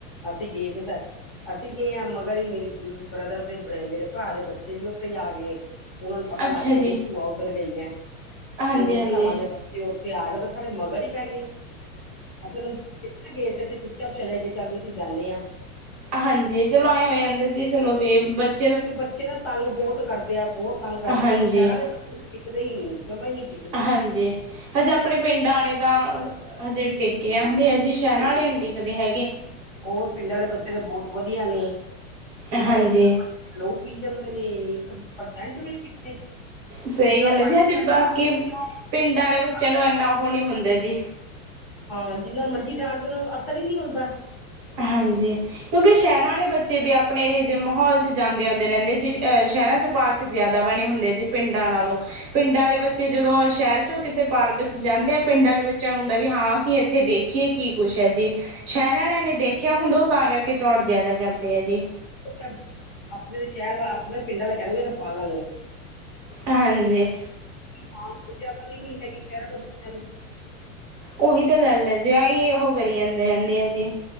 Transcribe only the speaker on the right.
ਅੱਛਾ
ਜੀ
ਹਾਂਜੀ
ਹਾਂਜੀ
ਹਾਂਜੀ ਚਲੋ ਆਏਂ ਹੋ ਜਾਂਦੇ ਜੀ ਚਲੋ ਬੀ ਬਚ
ਹਾਂਜੀ
ਹਾਂਜੀ ਹਜੇ ਆਪਣੇ ਪਿੰਡ ਵਾਲੇ ਤਾਂ ਹਜੇ ਟੇਕ ਜਾਂਦੇ
ਹੈ ਜੀ ਸ਼ਹਿਰਾਂ
ਆਲੇ ਨੀ ਟਿਕਦੇ ਹੈਗੇ
ਹਾਂਜੀ
ਸਹੀ
ਗੱਲ ਹੈ
ਜੀ ਹਜੇ
ਬਾਕੀ
ਪਿੰਡਾਂ ਵਾਲੇ ਬੱਚਿਆਂ
ਨੂੰ ਇਨਾ ਉਹ ਨਹੀਂ ਹੁੰਦਾ ਜੀ
ਹਾਂਜੀ ਕਿਉਂਕਿ ਸ਼ਹਿਰਾਂ ਵਾਲੇ ਬੱਚੇ ਵੀ ਆਪਣੇ ਇਹੋ ਜਿਹੇ ਮਾਹੌਲ ਚ ਜਾਂਦੇ ਆਉਂਦੇ ਰਹਿੰਦੇ ਜ ਅਹ ਸ਼ਹਿਰਾਂ ਚ ਪਾਰਕ ਜ਼ਿਆਦਾ ਬਣੇ ਹੁੰਦੇ ਆ ਜੀ ਪਿੰਡਾਂ ਨਾਲੋਂ
ਪਿੰਡਾਂ ਵਾਲੇ ਬੱਚੇ ਜਦੋਂ ਸ਼ਹਿਰ 'ਚੋਂ ਕਿਤੇ ਪਾਰਕ 'ਚ ਜਾਂਦੇ ਆ ਪਿੰਡਾਂ ਵਾਲੇ ਬੱਚਿਆਂ ਨੂੰ ਹੁੰਦਾ ਵੀ ਹਾਂ ਅਸੀਂ ਇੱਥੇ ਦੇਖੀਏ ਕੀ ਕੁਛ ਹੈ ਜੀ ਸ਼ਹਿਰਾਂ ਵਾਲਿਆਂ ਨੇ ਦੇਖਿਆ ਹੁੰਦਾ ਉਹ ਤਾਂ ਕਰਕੇ ਚੌਣ ਜਿਆਦਾ ਕਰਦੇ ਹੈ ਜੀ
ਹਾਂਜੀ
ਉਹੀ ਤਾਂ ਗੱਲ ਹੈ ਜੇ ਆਹੀ ਉਹ ਕਰੀ ਜਾਂਦੇ ਰਹਿੰਦੇ ਆ ਜੀ